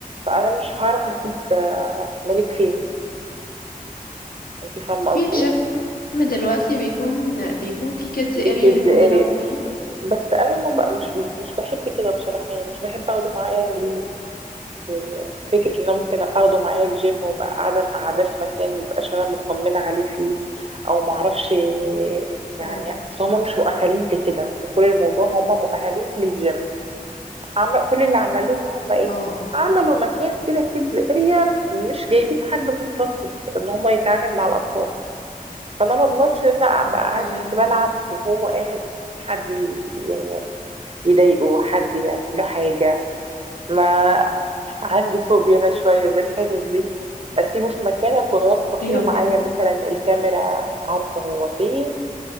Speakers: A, on the right; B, on the left.
A: فانا مش هعرف اسيب
B: اه
A: آه، ملك فين انت فاهمه
B: بس في
A: قصدي
B: جيم دلوقتي بيكون بيكون في كيدز
A: بكيدز
B: اريا هو
A: اريا
B: يلعب فيها
A: بس انا ما بقى مش مش بحب كده بصراحه يعني مش بحب اخده معايا ال- يعني فكره ان انا ممكن اخده معايا الجيم وبقى قاعده قاعده في مكان مبقاش انا مطمنه عليه فيه او ما اعرفش يعني
B: اه
A: اصل هم مش مؤهلين لكده هم كل الموضوع هم مؤهلين للجيم عم كل اللي عملوه ان هم ايه
B: اه اه فهمت.
A: عملوا مكان كده كيدز اريا مش جايبين حد متخصص ان هم يتعامل مع الاطفال فانا ما اضمنش ان انا ابقى قاعده
B: ايوه
A: تحت بلعب وهو قاعد حد يعني يضايقه حد يعمل له حاجة ما عندي فوبيا
B: مم.
A: أنا شوية من الحتت دي أسيبه في مكان أكون واثقة فيه
B: ايوه
A: ومعايا
B: هي
A: مثلا الكاميرا عارفة هو فين